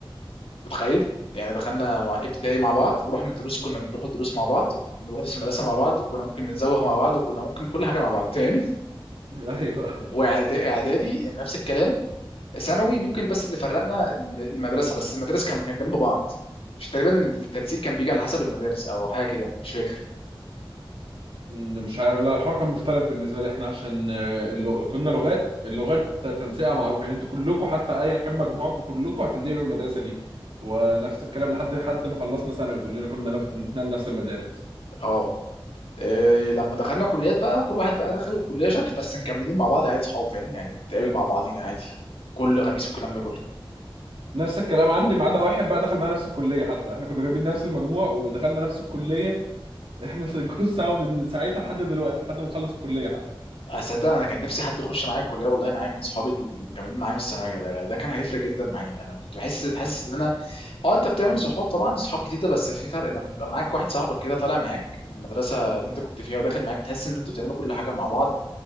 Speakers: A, on the left; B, on the right.
A: متخيل يعني دخلنا مع- ابتدائي مع بعض ورحنا دروس كنا بنروح الدروس مع بعض وبنروح درس المدرسه مع بعض وكنا ممكن بنزوغ مع بعض وكنا ممكن كل حاجه مع بعض فاهم
B: <laughs> ايوه
A: واعدادي إعدادي نفس الكلام ثانوي ممكن بس اللي فرقنا ال- المدرسه بس المدارس كان كان جنب بعض مش تقريبا التنسيق كان بيجي على حسب المدارس او حاجه كده مش فاكر
B: م- مش عارف لا الحوار كان مختلف بالنسبه لي احنا عشان آه، اللو... كنا لغات اللغات تنسيقها معروف يعني انتوا كلكم حتى ايا كان مجموعكم كلكم هتنقلوا المدرسه دي ونفس الكلام لحد حد ما خلصنا ثانوي كلنا كنا نف... نتنقل نفس المدارس
A: اه إيه لما دخلنا كليات بقى كل واحد بقى دخل كليه شكل بس مكملين مع بعض عادي صحاب فاهم يعني بنتقابل مع بعضينا عادي كل خميس والكلام ده كله
B: نفس الكلام عندي ما عدا واحد بقى دخل بقى نفس الكليه حتى احنا كنا جايبين نفس المجموع ودخلنا نفس الكليه احنا <laughs> جوز سوا من ساعتها لحد دلوقتي لحد ما نخلص الكليه حتى
A: اصدق انا كان نفسي حد يخش معايا الكليه والله معايا من صحابي اللي كانوا معايا من الثانويه ده, ده كان هيفرق جدا معايا انا كنت بحس حاسس ان انا اه انت بتعمل صحاب طبعا صحاب جديده بس في فرق لما تبقى معاك واحد صاحبك كده طالع معاك من المدرسه اللي انت كنت فيها وداخل معاك بتحس ان انتوا بتعملوا كل حاجه مع بعض